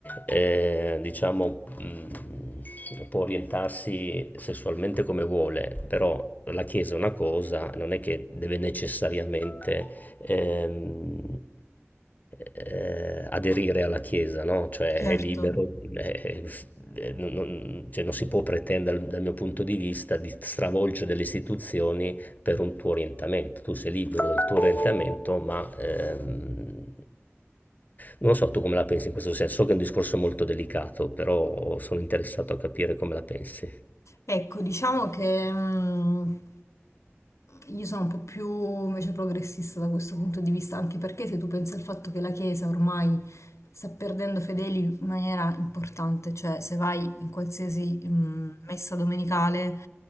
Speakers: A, on the left; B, on the left.
A: eh, diciamo, mh, può orientarsi sessualmente come vuole, però la Chiesa è una cosa, non è che deve necessariamente ehm, eh, aderire alla Chiesa, no? Cioè
B: certo.
A: è libero, eh, f- eh, non, non- cioè, non si può pretendere dal mio punto di vista di stravolgere delle istituzioni per un tuo orientamento. Tu sei libero del tuo orientamento, ma ehm, non so tu come la pensi in questo senso. So che è un discorso molto delicato, però sono interessato a capire come la pensi.
B: Ecco, diciamo che mh, io sono un po' più invece progressista da questo punto di vista, anche perché se tu pensi al fatto che la Chiesa ormai sta perdendo fedeli in maniera importante, cioè se vai in qualsiasi mh, messa domenicale,